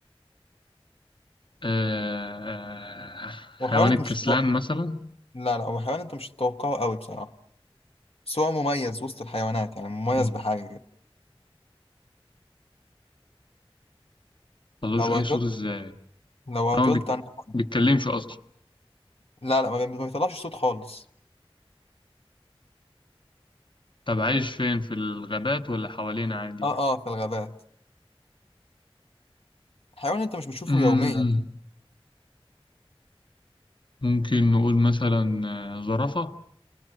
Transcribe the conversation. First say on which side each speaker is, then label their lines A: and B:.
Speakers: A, on the left; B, on the left.
A: آه...
B: وحيوان
A: حيوان
B: انت
A: الكسلان
B: مش تط-
A: مثلا
B: لا لا وحيوان انت مش تتوقعه قوي بصراحة بس هو مميز وسط الحيوانات يعني مميز
A: ما
B: بحاجة كده
A: بيطلعش
B: لو
A: أي
B: عطلت
A: صوت إزاي؟
B: لو عطلت
A: هو ما بيت-
B: انا هقول.
A: بيتكلمش أصلا
B: لا لا ما بي- ما بيطلعش صوت خالص
A: طب عايش فين في الغابات ولا حوالينا عادي؟
B: اه اه في الغابات حيوان انت مش بتشوفه
A: مم.
B: يوميا
A: ممكن نقول مثلا آه، زرافة